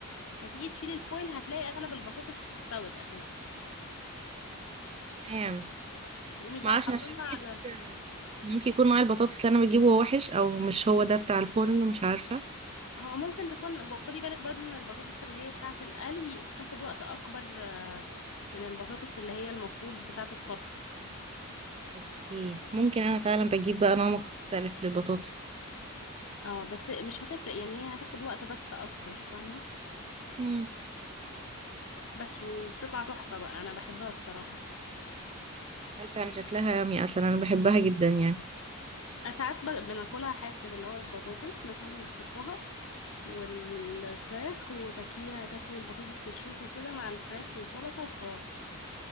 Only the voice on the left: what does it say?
هتيجي تشيلي الفويل هتلاقي أغلب البطاطس استوت أساسا
تقومي بقى
حاطاها
على
هو ممكن تكون خدي بالك برضو ان البطاطس اللي هي بتاعة القلي بتاخد وقت اكبر آه، من البطاطس اللي هي المفروض بتاعة الطبخ
اه بس مش هتفرق يعني هي هتاخد وقت بس اكتر فاهمة
بس وبتطلع تحفة بقى انا بحبها الصراحة
أنا ساعات ب- بناكلها حاف كده اللي هو البطاطس مثلا بنحطها والفراخ وتاكليها تاكلي البطاطس بالشوكة كده مع الفراخ وسلطة وخلاص